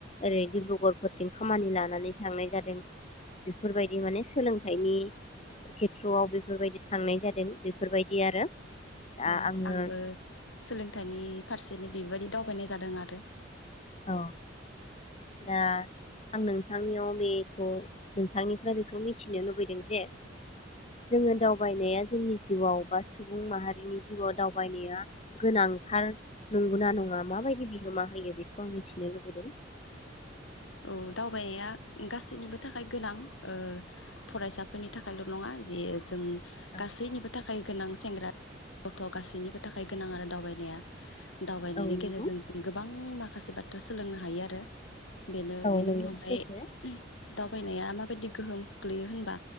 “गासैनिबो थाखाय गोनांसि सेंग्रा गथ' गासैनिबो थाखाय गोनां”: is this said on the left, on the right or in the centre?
Left